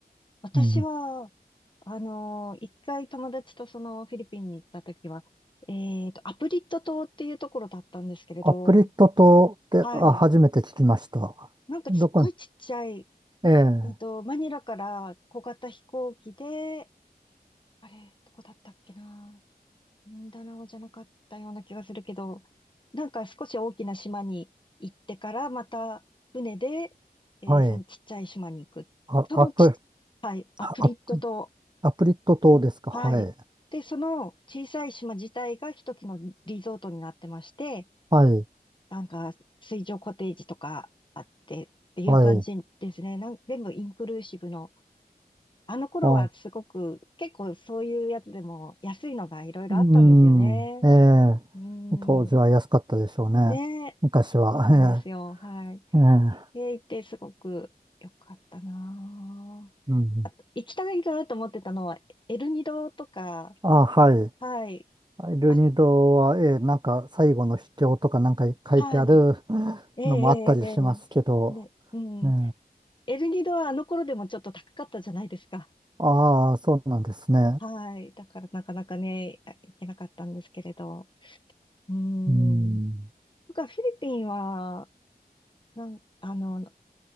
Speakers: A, on the left; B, on the right.
A: 私は、
B: うん。
A: あのー一回友達とそのフィリピンに行った時は、えっと、アプリット島っていうところだったんですけれど、
B: アプリット島って、
A: はい。
B: あ、初めて聞きました。
A: なんかすっごいちっちゃい、
B: どこに、ええ、
A: えっと、マニラから小型飛行機で、あれ、どこだったっけな。ミンダナオじゃなかったような気がするけど、なんか少し大きな島に行ってから、また船で、えーそのちっちゃい島に行く。
B: はい。あ、
A: そのちっ、
B: アプ、
A: はい、アプリット島。
B: あアプ、アプリット島ですか。
A: はい。
B: はい。
A: で、その小さい島自体が一つのリゾートになってまして、
B: はい。
A: なんか水上コテージとかあってっていう感じですね。
B: はい。
A: なん、全部インクルーシブの。あの頃はすごく、
B: あ、
A: 結構そういうやつでも安いのがいろいろあったんですよね。
B: うん。ええ、
A: うーん。
B: 当時は安かったでしょうね。
A: ねえ。
B: 昔は。
A: そうなんですよ。
B: <laughs>
A: はい。
B: ええ、ええ、
A: え行ってすごく良かったなぁ。
B: うん。
A: あと、行きたいなと思ってたのは、エルニドとか、
B: あ、はい。
A: はい。
B: ルニドは、
A: あ、
B: えーなんか最後の秘境とかなんか書いてある
A: はい。ええ、
B: のもあったりしますけど、
A: ええ、ええね、うん。
B: ね、
A: エルニドはあの頃でもちょっと高かったじゃないですか。
B: ああ、そうなんですね。
A: はい。だからなかなかね、あいけなかったんですけれど。うん。
B: うん、
A: 僕はフィリピンは、なん、あの、